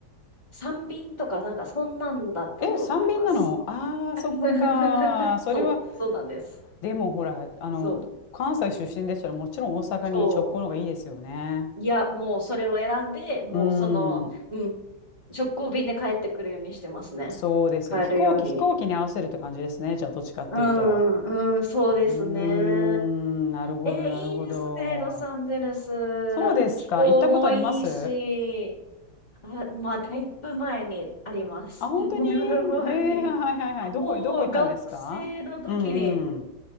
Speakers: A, on the left; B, on the left.
A: 3便とか、なんかそんなんだったと思います。
B: え、三便なのああー、
A: <laughs>
B: そっか。それは、
A: そう、そうなんです。
B: でもほら、あの、
A: そう、
B: 関西出身でしたらもちろん大阪に直行の方がいいですよね。
A: そう。いや、もうそれを選んで、もうその、
B: うん、
A: うん、直行便で帰ってくるようにしてますね。
B: そうですよね。
A: 帰るように。
B: 飛行機、飛行機に合わせるって感じですね。じゃあ、どっちかっていうと。
A: うん、うん、そうですね。
B: うーん、なるほど、
A: え、
B: なるほど。
A: いいですね、ロサンゼルス。
B: そうですか。
A: 気候もいいし、
B: 行ったことあります
A: あ、まあ、だいぶ前にあります。
B: あ、本当にへえ、
A: <laughs> だいぶ前に。
B: はいはいはい。どこ、
A: もう学生の時に、
B: どこ行ったんですかうんうん。